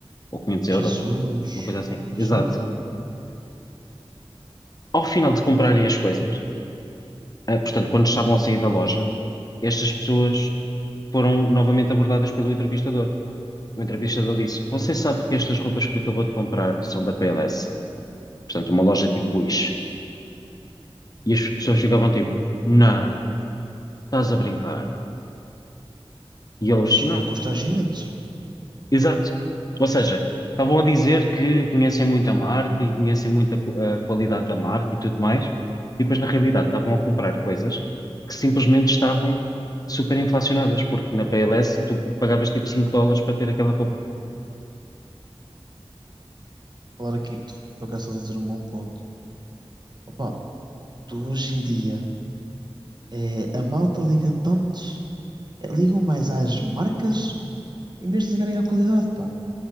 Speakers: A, on the left; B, on the right.
A: ou 500 euros,
B: Jesus,
A: ou uma coisa assim.
B: que absurdo.
A: Exato. Ao final de comprarem as coisas, ah, portanto, quando estavam a sair da loja, estas pessoas foram novamente abordadas pelo entrevistador. O entrevistador disse: Você sabe que estas roupas que acabou de comprar são da PLS? Portanto, uma loja tipo Wish. E as pessoas ficavam tipo, não, estás a brincar. E eles,
B: Imagina
A: não,
B: constrangimentos.
A: exato. Ou seja, estavam a dizer que conhecem muito a marca e conhecem muito a, qu- a qualidade da marca e tudo mais. E depois, na realidade, estavam a comprar coisas que simplesmente estavam super inflacionadas, porque na PLS tu pagavas tipo 5 dólares para ter aquela roupa.
B: Falar aqui, tu- por acaso estás a dizer um bom ponto. Opa, tu hoje em dia, é, a malta liga tanto, é, ligam mais às marcas em vez de ligarem à qualidade, pá.